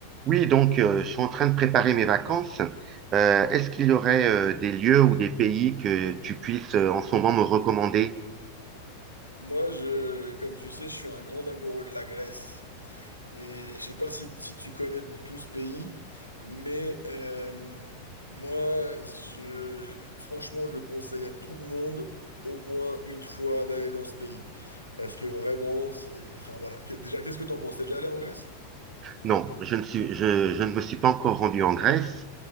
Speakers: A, on the right; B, on the left.
A: Oui, donc euh, je suis en train de préparer mes vacances. Euh, est-ce qu'il y aurait
B: Mhm.
A: euh, des lieux ou des pays que tu puisses euh, en ce moment me recommander?
B: Moi, je, comme tu sais, je suis un grand amoureux de la Grèce. Et je sais pas si, si tu connais du tout ce pays, mais euh, moi, je, franchement, je le conseille à tout le monde au moins une fois d'aller dans ce pays. Parce que vraiment, c'est... Enfin voilà. Qu- Déjà, qu'est-ce que t'en penses? T'es déjà allé en Grèce?
A: Non, je ne suis, je, je ne me suis pas encore rendu en Grèce,